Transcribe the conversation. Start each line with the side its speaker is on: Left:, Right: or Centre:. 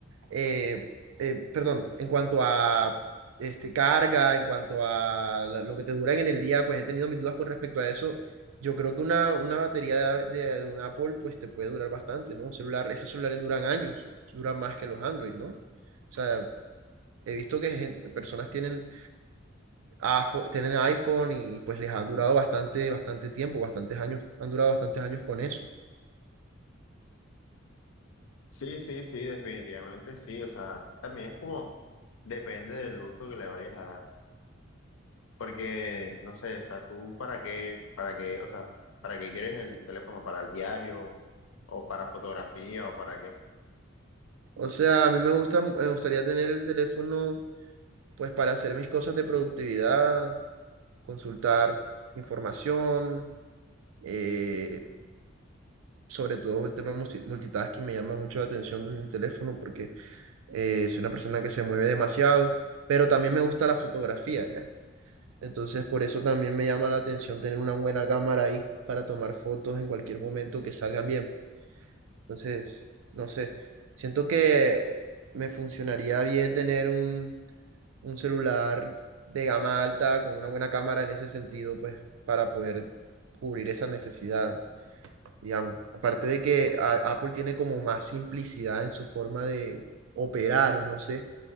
Right: eh, eh, perdón, en cuanto a este, carga, en cuanto a la- lo que te duran en el día, pues he tenido mis dudas con respecto a eso. Yo creo que una, una batería de, de, de un Apple pues te puede durar bastante, ¿no? Un celular, esos celulares duran años, duran más que los Android, ¿no? O sea, he visto que gen- personas tienen afo- tienen iPhone y pues les han durado bastante, bastante tiempo, bastantes años, han durado bastantes años con eso.
Left: Sí, sí, sí, definitivamente sí, o sea, también es como depende del uso que le vayas a dar, porque no sé, o sea, tú para qué, para qué, o sea, para qué quieres el teléfono, para el diario o para fotografía o para qué.
Right: O sea, a mí me gusta, me gustaría tener el teléfono pues para hacer mis cosas de productividad, consultar información, eh, sobre todo el tema multi- multitasking me llama mucho la atención en el teléfono porque eh, soy una persona que se mueve demasiado, pero también me gusta la fotografía ya. Entonces, por eso también me llama la atención tener una buena cámara ahí para tomar fotos en cualquier momento que salgan bien. Entonces, no sé, siento que me funcionaría bien tener un, un celular de gama alta con una buena cámara en ese sentido, pues para poder cubrir esa necesidad, digamos. Aparte de que a- Apple tiene como más simplicidad en su forma de operar, no sé.